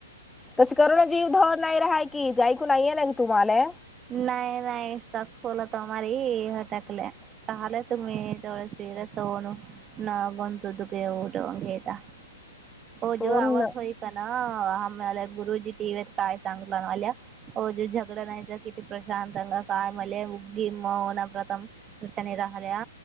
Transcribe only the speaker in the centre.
तस करुून जीव धवन नाही राहाय कि ऐकून नाहीये नाी तुम्हाला
कोण